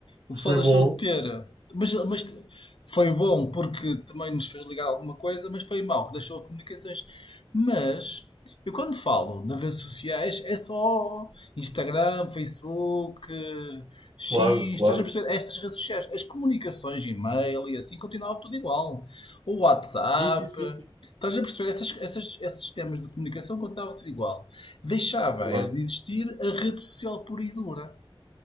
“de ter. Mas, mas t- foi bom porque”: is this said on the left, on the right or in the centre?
Left